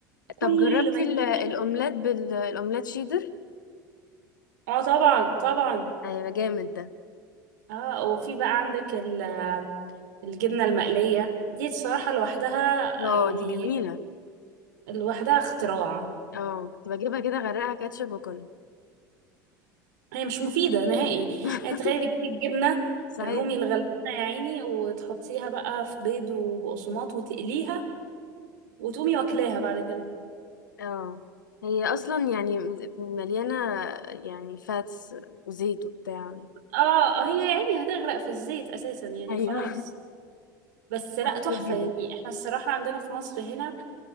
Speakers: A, on the right; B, on the left.
A: كل
B: طب جربتي
A: ما يمكن
B: ال- الاومليت بال الاومليت شيدر
A: اه طبعا طبعا
B: ايوه جامد ده
A: اه وفي بقى عندك ال- الجبنة المقلية دي الصراحة لوحدها
B: اه
A: يعني
B: دي جميله
A: لوحدها اختراع
B: اه كنت بجيبها كده غرقها كاتشب واكلها
A: هي مش مفيدة نهائي
B: <laughs>
A: يعني تخيلي بتجيبي الجبنة
B: صحيح
A: الرومي الغلبانة يا عيني وتحطيها بقى في بيض وبقسماط وتقليها وتقومي واكلاها بعد كده
B: اه هي اصلا يعني م- مليانه يعني فاتس وزيت وبتاع
A: اه هي يا عيني هتغرق في الزيت اساسا يعني
B: ايوه
A: خلاص بس لا
B: <laughs>
A: تحفة
B: جديدة.
A: يعني احنا الصراحة عندنا في مصر هنا